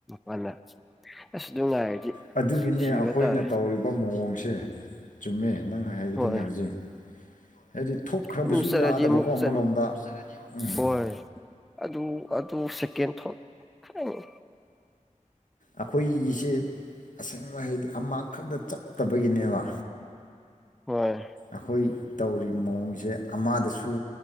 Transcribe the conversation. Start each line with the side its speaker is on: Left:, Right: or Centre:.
Centre: ꯃꯗ ꯑꯁ ꯑꯗꯨꯝ ꯉꯥꯏꯔꯗꯤ
Left: ꯑꯗꯨꯒꯤꯅꯤ
Centre: ꯁꯤꯕ
Left: ꯑꯩꯈꯣꯏꯅ
Centre: ꯇꯥꯔꯦ
Left: ꯇꯧꯔꯤꯕ ꯃꯑꯣꯡꯁꯦ ꯆꯨꯝꯃꯦ ꯅꯪ ꯍꯥꯏ ꯍꯥꯏꯈꯤꯗꯨꯅꯤ
Centre: ꯍꯣꯏ
Left: ꯍꯧꯖꯤꯛ ꯍꯥꯏꯗꯤ ꯊꯣꯛꯈ꯭ꯔꯕꯁꯨ
Centre: ꯑꯗꯨꯝ ꯆꯠꯂꯗꯤ
Left: ꯌꯥꯗꯕꯀꯣ
Centre: ꯑꯃꯨꯛ ꯆꯠ
Left: ꯑꯃꯂꯣꯝꯗ ꯎꯝ
Centre: ꯍꯣꯏ ꯑꯗꯨ ꯑꯗꯨ ꯁꯦꯀꯦꯟ ꯊꯣꯠ ꯍꯥꯏꯉꯤ
Left: ꯑꯩꯈꯣꯏꯒꯤꯁꯦ ꯑꯁꯦꯡꯕ ꯍꯥꯏꯗꯤ ꯑꯃꯈꯛꯇ ꯆꯞꯠꯇꯕꯒꯤꯅꯦꯕ
Centre: ꯍꯣꯏ
Left: ꯑꯩꯈꯣꯏ ꯇꯧꯔꯤꯕ ꯃꯑꯣꯡꯁꯦ ꯑꯃꯗꯁꯨ